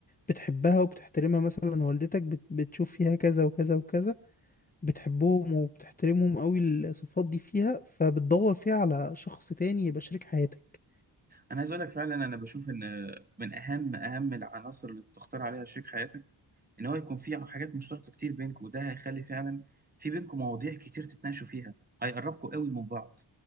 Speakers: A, on the left; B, on the right.
A: بتحبها وبتحترمها مثلا والدتك بت- بتشوف فيها كذا وكذا وكذا بتحبهم وبتحترمهم قوي الصفات دي فيها فبتدور فيها على شخص تاني يبقى شريك حياتك
B: انا عايز اقول لك فعلا انا بشوف ان من اهم اهم العناصر اللي بتختار عليها شريك حياتك ان هو يكون في حاجات مشتركه كتير بينكم وده هيخلي فعلا في بينكم مواضيع كتير تتناقشوا فيها هيقربكم قوي من بعض